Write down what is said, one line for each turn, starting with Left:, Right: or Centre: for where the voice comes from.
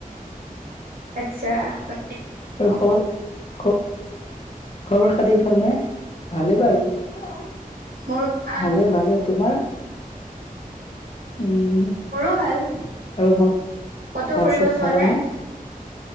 Right: আতছা <unintelligible>
Left: আৰু খবৰৰ, খ খবৰ খাতি ভাল নে? ভালেই বাৰু। ভালে,
Right: মোৰ ভাল
Left: ভালে তোমাৰ? উম
Right: মোৰো ভাল।
Left: আৰু ভাত
Right: ক'তো
Left: ভাত
Right: ফুৰিব
Left: চাত খালানে?
Right: যোৱা নাই?